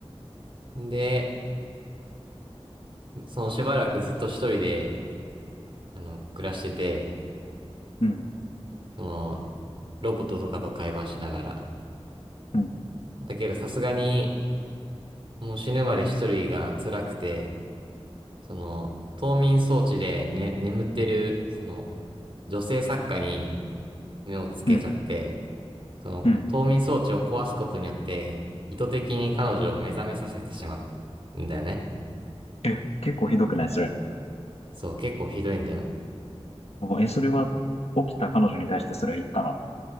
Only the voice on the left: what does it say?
うん。
うん。
うん。
うん。
え、結構ひどくないそれ。
おえ、それは起きた彼女に対してそれは言ったの。